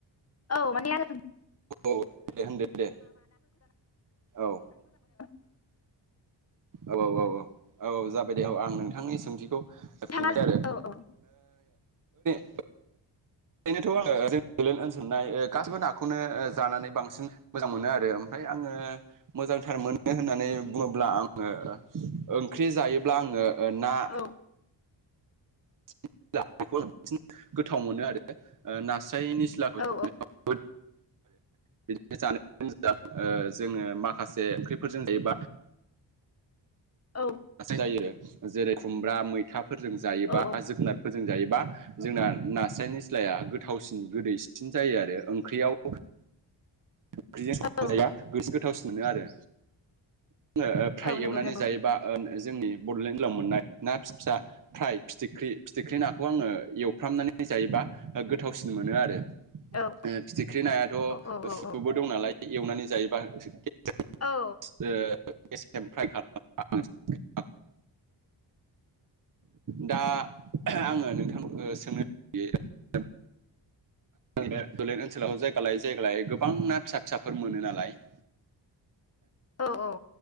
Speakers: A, on the left (about 35°); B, on the right (about 45°).
A: औ माने आं
B: औ दे होनदो दे औ
A: <unintelligible>
B: औ औ औ। औ जाबाय दे औ आं नोंथांनि सोंथिखौ
A: नोंथाङा
B: फिनसै
A: औ औ
B: <unintelligible> ओरैनोथ' आङो जोंनि बड'लेण्ड ओनसोलनि गासिबो नाखौनो जानानै बांसिन मोजां मोनो आरो ओमफाय फाय आङो मोजांथार मोनो होननानै बुङोब्ला आङो ओंख्रि जायोब्ला आङो ओ ना।
A: औ
B: <unintelligible> नास्राइ निसलाखौ
A: औ
B: <unintelligible> बिदिनो जानाय मोजां ओ जोङो माखासे ओंख्रिफोरजों जायोबा
A: औ
B: जायो आरो जेरै खुमब्रा मैथाफोरजों जायोबा
A: औ
B: जोगोनारफोरजों जों जायोबा जोंना नास्राय निस्लाया गोथावसिन गोदैसिन जायो आरो ओंख्रियाव ओंख्रिजों संनानै
A: औ
B: जायोब्ला गोथावसिन मोनो आरो। जोङो फ्राय
A: औ नंगौ
B: एवनानै
A: नंगौ
B: जायोबा ओ जोंनि बड'लेण्ड ओनसोलाव मोननाय ना फिसा फिसा फ्राय फिथिख्रि फिथिख्रि नाखौ आङो एवफ्रामनानै जायोबा गोथावसिन मोनो आरो ओ
A: औ
B: फिथिख्रि नायाथ'
A: औ औ औ
B: सु सुबो दं नालाय एवनानै जायोबा गेस्रेम
A: औ
B: फ्राइ खालामना जाबा बांसिन मोजां मोनो। दा आङो नोंथां सोंनो <unintelligible> बे बड'लेण्ड ओनसोलाव जायगा लायै जायगा लायै गोबां ना फिसा फिसाफोर मोनो नालाय।
A: औ औ।